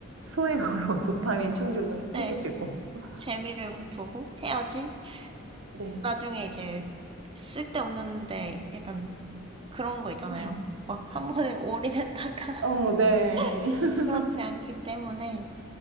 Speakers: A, on the right; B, on the right.
A: 소액으로 <laughs> 도파민 충족은
B: 네.
A: 해주시고.
B: 재미를
A: 아,
B: 보고 해야지.
A: 네.
B: 나중에 이제 쓸데없는데 약간 그런 거 있잖아요.
A: 음.
B: 막 한 번에 올인했다가
A: 어, 네. <laughs>
B: <laughs> 그렇지 않기 때문에,